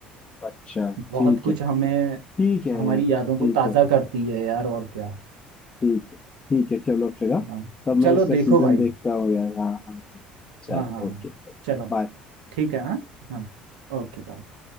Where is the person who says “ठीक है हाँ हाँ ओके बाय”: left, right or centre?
Right